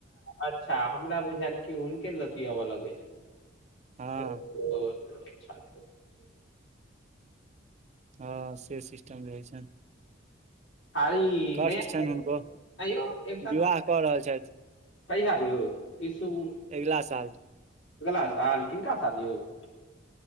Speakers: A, on the left (about 70°); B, on the right (about 35°).
A: अच्छा हमरा बुझायल की हुनके लत्तीयबय लगै छै।
B: हँ
A: ओ ओ अच्छा <unintelligible>
B: हँ से सिस्टम रहै छनि
A: खाली नहि
B: कष्ट
A: आबै,
B: छनि हुनको
A: हैं यौ एकटा
B: विवाह
A: तऽ।
B: कऽ रहल छथि
A: कहिया यौऽ। इ सब-
B: अगिला साल
A: अगला साल किनका सँ। <unintelligible>